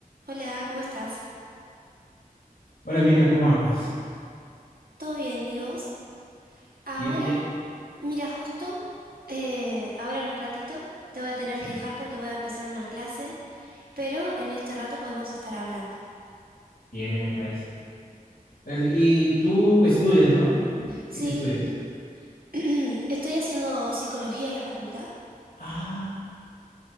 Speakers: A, on the right; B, on the left.
A: Hola, ¿cómo estás?
B: Hola Emilia, ¿cómo vas?
A: ¿Todo bien? ¿Y vos? Ahora,
B: Bien, bien.
A: mira, justo, eh, ahora en un ratito te voy a tener
B: Sí.
A: que dejar porque voy a empezar una clase, pero en este rato podemos estar hablando.
B: Bien, bien, me parece. Gracias. Y tú estudias, ¿no?
A: Sí,
B: ¿Qué estudias?
A: <clears throat> estoy haciendo psicología en la facultad. <clears throat>
B: Ah,